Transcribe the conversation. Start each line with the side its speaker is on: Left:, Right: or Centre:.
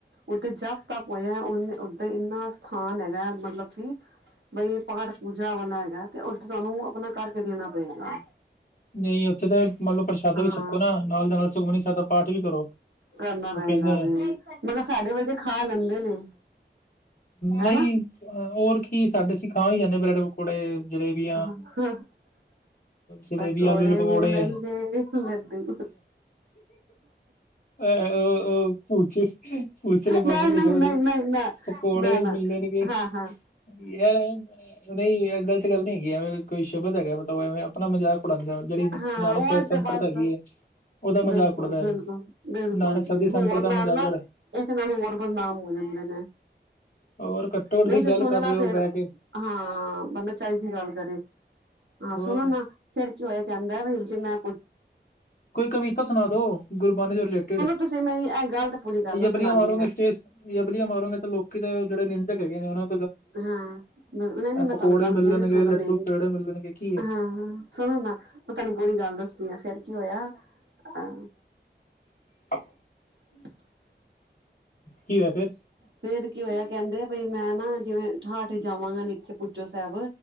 Right: ਓਥੇ ਜਪ-ਤਪ ਹੋਇਐ, ਓਨ-ਓਥੇ ਏਨਾ ਸਥਾਨ ਹੈਗਾ ਮਤਲਬ ਕੀ ਬਈ ਪਾਠ-ਪੂਜਾ ਵਾਲਾ ਹੈਗੈ ਤੇ ਓਥੇ ਤੁਆਨੂੰ ਆਪਣਾ ਕਰਕੇ ਦੇਣਾ ਪੇਗਾ।
Left: ਨਈ ਓਥੇ ਤੇ ਮਤਲਬ ਪ੍ਰਸ਼ਾਦਾ
Right: ਹਾਂ
Left: ਵੀ ਛੱਕੋ ਨਾ ਨਾਲ ਦੇ ਨਾਲ ਸੁਖਮਨੀ ਸੈਬ ਦਾ ਪਾਠ ਵੀ ਕਰੋ।
Right: ਕਰਨਾ ਪੈਂਦਾ
Left: ਉਹ ਕਹਿੰਦੇ
Right: ਵੇ, ਮਲਬ ਸਾਡੇ ਵਰਗੇ ਖਾ ਲੈਂਦੇ ਨੇ। ਹਨਾ।
Left: ਨਈ ਹੋਰ ਕੀ ਸਾਡੇ ਅਸੀਂ ਤਾਂ ਹੀ ਜਾਂਦੇ ਬ੍ਰੈਡ-ਪਕੌੜੇ, ਜਲੇਬੀ
Right: <unintelligible>
Left: ਜਲੇਬੀ
Right: ਅੱਛਾ!
Left: ਆਲੂ
Right: ਔੜੇ
Left: ਵਾਲੇ ਪਕੌੜੇ
Right: ਮਿਲਣਗੇ, ਲੱਡੂ
Left: ਐ ਓ-ਓ ਭੁੱਚੋ-ਭੁੱਚੋ ਆਲੇ ਬਾਬਾ
Right: ਨਹੀਂ
Left: ਜੀ
Right: ਨਹੀਂ
Left: ਦਾ ਸ਼ਬਦ
Right: ਨਹੀਂ
Left: ਏ।
Right: ਨਹੀਂ ਨਾ
Left: ਪਕੌੜੇ
Right: ਨਾ ਨਾ
Left: ਮਿਲਣਗੇ, <inaudible>
Right: ਹਾਂ ਹਾਂ
Left: ਸੁਣਿਐ ਈ ਏ, ਗ਼ਲਤ ਗੱਲ ਨੀ ਹੈਗੀ, ਐਵੇ ਕੋਈ ਸ਼ਬਦ ਹੈਗਾ, ਬਤਾਓ ਐਵੇਂ ਆਪਣਾ ਮਜ਼ਾਕ ਉਡਾਉਂਦਾ ਜਿਹੜੀ
Right: ਹਾਂ,
Left: ਨਾਨਕਸਰ
Right: ਓਏ
Left: ਸੰਪਰਦਾ
Right: ਤੇ ਬੱਸ
Left: ਹੈਗੀ ਹੈ ਉਹਦਾ ਮਜ਼ਾਕ
Right: ਬਿਲਕੁਲ-ਬਿਲਕੁਲ-ਬਿਲਕੁਲ
Left: ਉਡਦਾ ਐਵੇਂ ਨਾਨਕਸਰ
Right: ਜੀ,
Left: ਦੀ ਸੰਪਰਦਾ
Right: ਹੋਰ
Left: ਮਜ਼ਾਕ
Right: ਨਾਲ ਨਾ
Left: ਜਿਹੜਾ
Right: ਏਸੇ ਨਾਲ ਹੋਰ ਬਦਨਾਮ ਹੋ ਜਾਂਦੇ ਨੇ।
Left: ਹੋਰ ਘੱਟੋ ਘੱਟ
Right: ਨਈ
Left: ਤੁਸੀਂ
Right: ਫੇਰ
Left: ਗੱਲ
Right: ਸੁਣ
Left: ਕਰ
Right: ਨਾ
Left: ਰਹੇ ਹੋ
Right: ਫੇਰ,
Left: ਬਹਿ ਕੇ
Right: ਹਾਂ, ਬੰਦਾ ਚੱਜ ਦੀ ਗੱਲ ਕਰੇ। ਆਂ!
Left: ਹੋਰ
Right: ਸੁਣੋ ਨਾ ਫੇਰ ਕੀ ਹੋਯਾ ਕੈਂਦਾ ਜੇ ਮੈਂ ਕੂ
Left: ਕਵੀਤਾ ਸੁਨਾ ਦੋ ਗੁਰਬਾਨੀ ਦੇ ਰਿਲੇਟਿਡ
Right: ਤੁਸੀਂ ਮੇਰੀ ਇਹ ਗੱਲ ਤਾਂ ਪੂਰੀ ਕਰ
Left: ਯਬਲੀਆਂ
Right: ਲਓ ਸੁਣਾਨੀ
Left: ਮਾਰੋਗੇ
Right: ਆ
Left: ਸਟੇਜ ਯਬਲੀਆਂ ਮਾਰੋਗੇ ਤਾਂ ਲੋਕੀ ਤੇ ਜੇੜੇ ਨਿੰਦਕ ਹੈਗੇ ਨੇ, ਓਨਾ
Right: ਹਾਂ, ਨ ਨਈ-ਨਈ ਮੈਂ
Left: ਪਕੌੜੇ
Right: ਤਾਨੂੰ ਗੱਲ
Left: ਮਿਲਣਗੇ
Right: ਪੂਰੀ ਸੁਨੋ
Left: ਲੱਡੂ
Right: ਮੇਰੀ,
Left: ਪੇੜੇ ਮਿਲਣਗੇ ਕੀ ਹੈ
Right: ਹਾਂ ਸੁਣੋ ਨਾ, ਮੈਂ ਤਾਨੂੰ ਪੂਰੀ ਗੱਲ ਦੱਸਦੀ ਆ, ਫੇਰ ਕੀ ਹੋਇਆ ਅ
Left: <inaudible>
Right: <inaudible>
Left: ਕੀ ਹੋਯਾ ਫੇਰ?
Right: ਫੇਰ ਕੀ ਹੋਯਾ, ਕੈਨਦੇ ਬਈ ਮੈਂ ਨਾ ਜਿਵੇਂ ਠਾਠ ਜਾਵਾਂਗਾ ਨੀਚੇ ਪੁੱਜੋ ਸੈਬ